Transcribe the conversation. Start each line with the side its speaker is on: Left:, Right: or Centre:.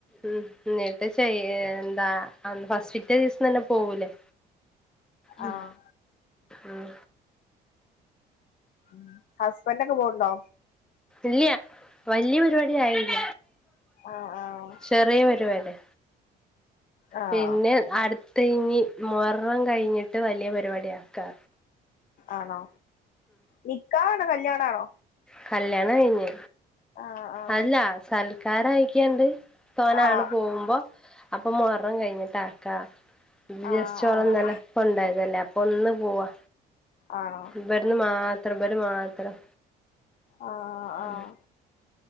Centre: ഉം ന്നിട്ട് ശെയ് എന്താ അന്ന് ഫസ്റ്റ്ത്തെ ദിവസന്നെ പോവൂലേ ഉം
Left: ആഹ്
Centre: ഉം
Left: ഉം ഹസ്ബൻ്റൊക്കെ പോവ്ണ്ടോ
Centre: ഇല്ല്യാ വല്യേപരിപാടി ആയില്ല
Left: ആഹ് ആഹ്
Centre: ചെറിയേ പരിപാടിയ
Left: ആഹ്
Centre: പിന്നെ അടുത്ത് ഇനി മൊഹറം കഴിഞ്ഞിട്ട് വല്ലൃ പരിപാടി ആക്കാ
Left: ആണോ നിക്കാഹാണോ കല്യാണാണോ
Centre: കല്യാണം കഴിഞ്ഞു
Left: ആഹ് ആഹ്
Centre: അല്ലാ സൽക്കാരയിക്കാണ്ട് തോനെ
Left: ആഹ്
Centre: ആള് പോകുമ്പോ അപ്പൊ മൊഹറം കഴിഞ്ഞിട്ടാക്കാ
Left: ആഹ്
Centre: ജസ്റ്റ്
Left: ആഹ്
Centre: ഒളന്നലെ പ്പണ്ടായതല്ലെ അപ്പൊന്ന് പോവാ
Left: ആണോ?
Centre: ഇവട്ത് മാത്രം ഇവര് മാത്രം
Left: ആഹ് ആഹ്
Centre: ഉം